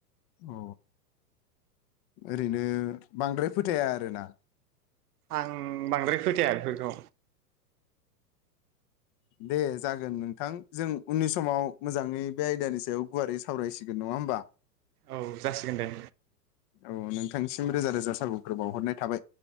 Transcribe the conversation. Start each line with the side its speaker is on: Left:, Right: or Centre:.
Left: अ ओरैनो बांद्राय फोथाया आरोना।
Right: आं बांद्राय फोथाया। बेफोरखौ
Left: दे जागोन नोंथां जों उननि समाव मोजाङै बे आयदानि सायाव गुवारै सावरायसिगोन नङा होमबा।
Right: औ जासिगोन दे।
Left: औ नोंथांनिसिम रोजा रोजा साबायखर बाउहरनाय थाबाय।